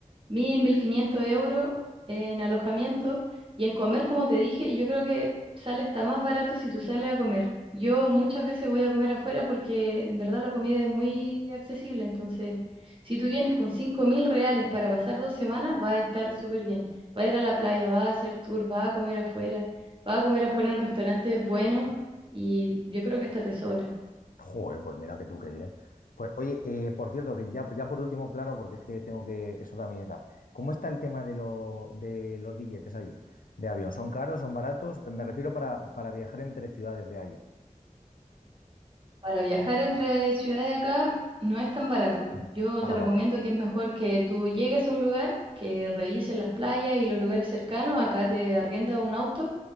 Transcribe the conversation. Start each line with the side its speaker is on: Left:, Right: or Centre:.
Right: mil, mil quinientos euros en alojamiento y en comer, como te dije, yo creo que sale hasta más barato si tú sales a comer. Yo muchas veces voy a comer afuera porque en verdad la comida es muy accesible, entonces si tú vienes con cinco mil reales para pasar dos semanas, va a estar súper bien. Va a ir a la playa, va a hacer tour, va a comer afuera, va a comer afuera en restaurantes buenos y yo creo que hasta tesoro
Left: Joder, pues mira que tú qué bien. Pues oye, eh, por cierto, que ya, ya por último, claro, porque es que tengo que, eso también está. ¿Cómo está el tema de, lo- de los billetes allí? ¿De avión? ¿Son caros? ¿Son baratos? Me refiero para, para viajar entre ciudades de allí.
Right: Para viajar entre ciudades acá no es tan barato. Yo
Left: Ah,
Right: te recomiendo
Left: vale.
Right: que es mejor que tú llegues a un lugar, que revises las playas y los lugares cercanos. Acá te arrienda un auto